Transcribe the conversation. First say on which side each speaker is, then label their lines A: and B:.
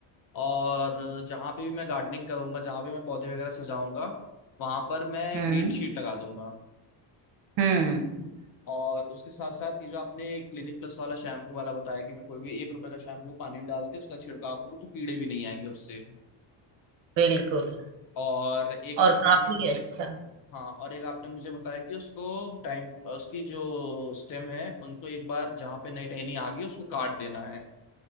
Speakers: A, on the left (about 50°); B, on the right (about 65°).
A: और जहां पे भी मैं गार्डनिंग करूंगा जहां पे मैं पौधे वगैरह सजाऊंगा वहां पर मैं
B: हम्म
A: ग्रीन शीट लगा दूंगा
B: हम्म
A: और उसके साथ साथ ये जो आपने क्लिनिक प्लस वाला शैम्पू वाला बताया कि मैं कोई भी एक रुपए का शैम्पू पानी में डाल के उसका छिड़काव करूँ तो कीड़े भी नहीं आएंगे उससे
B: बिल्कुल
A: और एक
B: और
A: आपने
B: काफी
A: मुझे
B: अच्छा
A: हाँ और एक आपने मुझे बताया कि उसको टाइम उसकी जो स्टेम है उनको एक बार जहाँ पे नई टहनी आ गई उसको काट देना है